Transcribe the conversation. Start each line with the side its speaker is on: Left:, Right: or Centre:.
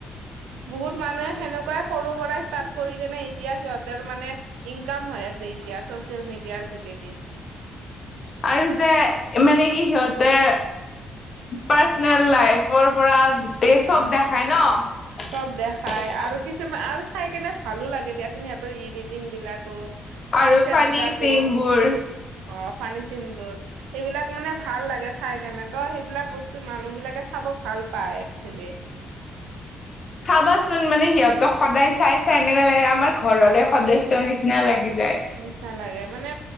Right: বহুত মানুহে সেনেকুৱাই সৰু পৰাই ষ্টাৰ্ট কৰি কেনে এতিয়া সিহঁতৰ মানে ইনকাম হৈ আছে এতিয়া চচিয়েল মিডিয়াৰ যোগেদি।
Left: আৰু যে মানে কি সিহঁতে পাৰ্চনেল। লাইফৰ পৰা গোটেই চব
Right: অ
Left: দেখাই ন।
Right: চব দেখাই আৰু কিছুমান আৰু চাই কেনে ভালো লাগে দিয়াচোন সিহঁতৰ এডিটিং বিলাকো কনচেপ্ট
Left: আৰু ফানী
Right: বিলাকো
Left: চিনবোৰ
Right: অ ফানি চিনবোৰ। সেইবিলাক মানে ভাল লাগে চাই কাৰনে ত সেইবিলাক বস্তু মানুহ বিলাকে চাব ভাল পায়। <unintelligible>
Left: চাবাচোন মানে সিহঁতক সদায় চাই চাই এনেকুৱা লাগে আমাৰ ঘৰৰে সদস্যৰ নিচিনা লাগি যায়।
Right: নালাগে মানে